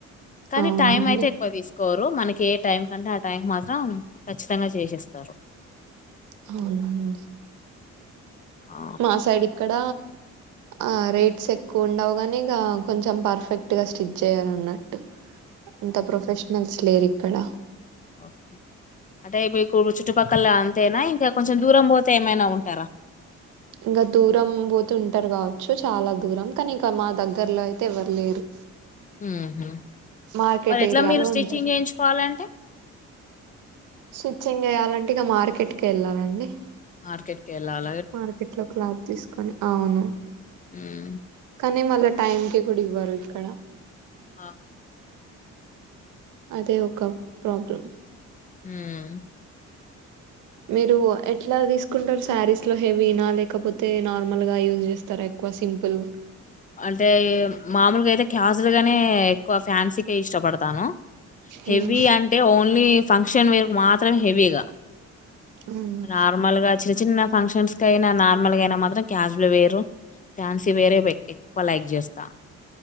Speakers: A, on the left; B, on the right.
A: కానీ
B: అవునండి.
A: టైం అయితే ఎక్కువ తీసు కోరు మనకి ఏ టైం కంటే ఆ టైం మాత్రం ఖచ్చితంగా చేసిస్తారు
B: అవునా అండి
A: ఆ
B: మా సైడ్ ఇక్కడ ఆ రేట్స్ ఎక్కువ ఉండవు గాని ఇక కొంచెం పర్ఫెక్ట్ గా స్టిచ్ చేయాలన్నట్టు ఇంత ప్రొఫెషనల్స్ లేరు ఇక్కడ
A: ఓకే అంటే మీకు చుట్టుపక్కల అంతేనా ఇంకా కొంచెం దూరం పోతే ఏమైన ఉంటార
B: ఇంక దూరం పోతె ఉంటారు కావచ్చు చాలా దూరం కానీ ఇక మా దగ్గర్లో అయితే ఎవ్వరు లేరు
A: ఊహు
B: మార్కెట్
A: మరెట్లా
B: ఏరియాలో
A: మీరు స్టిచ్చింగ్
B: ఉంటారు
A: చేయించుకోవాలంటే
B: స్టిచ్చింగ్ చేయాలంటే ఇక మార్కెట్కిి వెళ్ళాలండి
A: మార్కెట్ కె వెళ్లాల
B: మార్కెట్ లో క్లాత్ తీసుకొని అవును
A: ఉమ్
B: కానీ మళ్ళ టైమ్ కి కూడ ఇవ్వరు ఇక్కడ
A: ఆ
B: అదే ఒక ప్రాబ్లం
A: మ్
B: మీరు ఎట్లా తీస్ స్కుంటారు శారీస్ లో హెవీనా లేకపోతే నార్మల్ గా యూజ్ చేస్తారుా ఎక్కువ సింపుల్
A: అంటే మామూల్గా అయితే క్యాజులుగానే ఎక్కువ ఫ్యాన్సీ కె ఇష్టపడత తాను
B: ఉమ్,
A: హెవీ అంటే ఓన్లీ ఫంక్షన్ వేరుక్ మాత్రమె హెవీ ఇగా
B: అవును
A: నార్మల్ గా చిన్న చిన్న ఫంక్షన్స్ కయినా నార్మల్గ అయిన మాత్రం క్యాజువల్ వేరు ఫ్యాన్సీ వేరే బెట్టి ఎక్కువ లైక్ చేస్తా